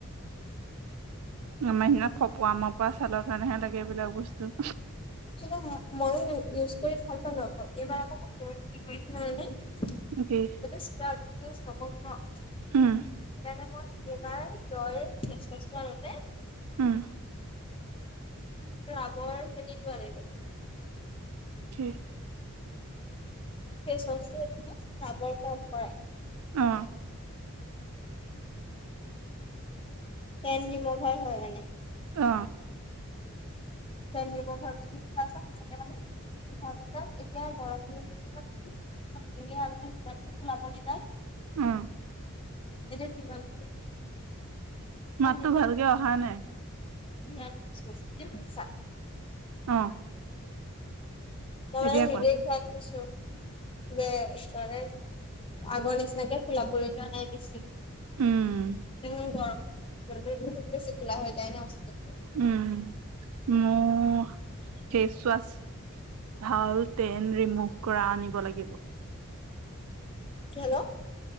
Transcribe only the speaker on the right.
আমাৰ সিনা ফপৱা মপৱা ছালৰ কাৰণেহে লাগে এইবিলাক বস্তু
অকে
উম
উম
ঠি
অ
অ
উম
মাততো
ভালকে
অহা নাই
অ
এতিয়া
কোৱা
উম
উম মও ফেচ ৱাছ ভাল তেন ৰিমুভ কৰা আনিব লাগিব